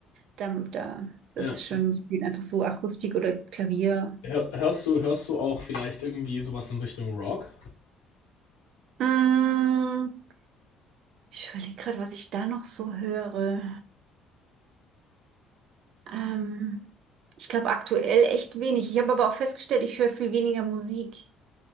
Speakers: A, on the right; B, on the left.
A: Da, da, das
B: ja.
A: ist schön, spielen einfach so Akustik oder Klavier.
B: Hör, hörst du, hörst du auch vielleicht irgendwie sowas in Richtung Rock?
A: Mm. Ich überlege gerade, was ich da noch so höre. Ähm, ich glaube aktuell echt wenig. Ich habe aber auch festgestellt, ich höre viel weniger Musik.